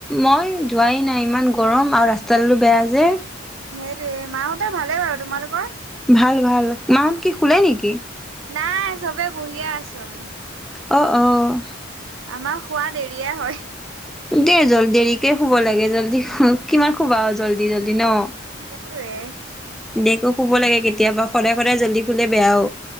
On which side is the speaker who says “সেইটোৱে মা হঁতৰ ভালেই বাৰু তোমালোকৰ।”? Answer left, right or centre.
Right